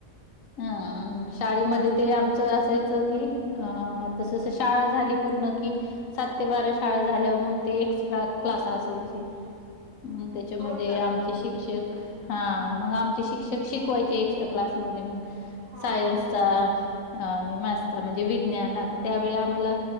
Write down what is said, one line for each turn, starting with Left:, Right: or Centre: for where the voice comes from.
Left: हा शाळेमध्ये ते आमचं असायचं की अअअ तसं तसं शाळा झाली पूर्ण कि सात ते बारा शाळा झाल्यावर मग ते एक्स्ट्रा क्लास असायचे. मग त्याच्यामध्ये
Right: होय काय?
Left: आमचे शिक्षक हा मग आमचे शिक्षक शिकवायचे एक्स्ट्रा क्लास मध्ये मग
Right: हा
Left: सायन्सचा
Right: हा
Left: हा आणि मॅथचा म्हणजे विज्ञान आता त्यावेळी आम्हाला